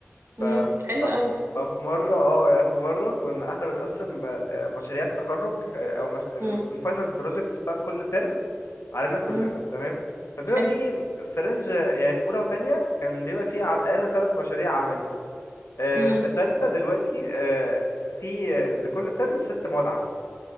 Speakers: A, on the left; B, on the right.
A: ف
B: امم حلو
A: ف
B: قوي
A: ففي مره اه يعني في مره كنا احنا بنقسم آه، مشاريع التخرج آه، او مش...
B: امم
A: الفاينل بروجكتس بتاعت كل ترم علينا كلنا
B: امم
A: تمام فبيبقى
B: حلو
A: في فرنج يعني في اولى وتانية كان بيبقى في على الاقل ثلاث مشاريع عملي آه،
B: امم
A: في تالتة دلوقتي آه، في آه، لكل ترم ست مواد عمل